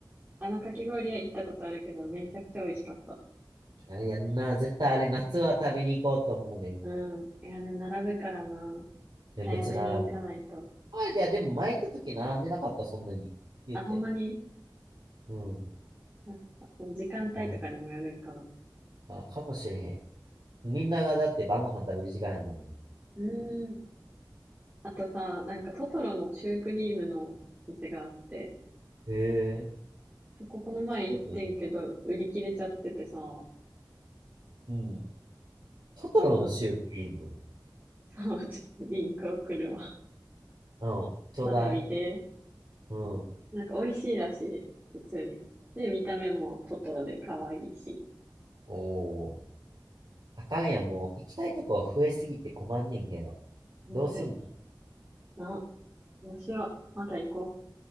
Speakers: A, on the right; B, on the right.
A: あのかき氷屋行ったことあるけど、めちゃくちゃ美味しかった。
B: あいやんな、絶対あれ夏は食べに行こうと思うねん。え
A: うん。いや、でも並ぶからな。
B: めっちゃ並ぶ。
A: 早めに行かないと。
B: あ、いや、でも前行った時並んでなかった、そんなに。言うて。
A: あ、ほんまに、
B: うん。
A: やっぱ時間帯とかにもよるんかな。
B: あ、もう、あ、かもしれへん。みんながだって晩ご飯食べる時間やんだもん。
A: うーん。あとさ、なんかトトロのシュークリームの店があって、
B: へえ。
A: そここの前行ってんけど、
B: トトロのシ
A: 売り切れちゃっててさ、
B: ュークリーム。うん。トトロのシュークリーム
A: リン、<laughs> さ、ちょっとリンク送るわ。
B: うんちょうだい。
A: また見て。
B: うん。
A: うん。なんか美味しいらしい。普通に。で、見た目もトトロで可愛いし。
B: おお。あかんやん、もう行きたいとこ増えすぎて困んねんけど。
A: 困る
B: どうすんの
A: な。どうしよう。また行こう。